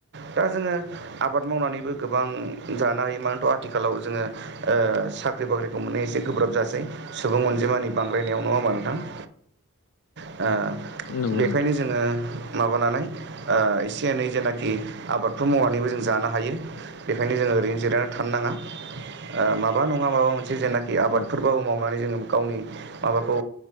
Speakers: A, on the right (about 50°); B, on the left (about 70°).
A: दा जोङो आबाद मावनानैबो गोबां जानो हायो मानोथ' आथिखालाव जोंङो ओ साख्रि बाख्रिखौ मोननाया एसे गोब्राब जासै सुबुं अनजिमानि बांद्रायनायाव नङा होमा नोंथां । ओ
B: नंगौ
A: बेखायनो
B: नोंथां
A: जोङो
B: थारैनो
A: माबानानै ओ एसे एनै जेनाखि आबादफोर मावनानैबो जों जानो हायो बेनिखायनो जों ओरैनो जिरायनानै थानो नांङा ओ मा नङा मा जे जेनाखि आबादफोरबाबो
B: औ
A: मावनानै जोंङो गावनि माबाखौ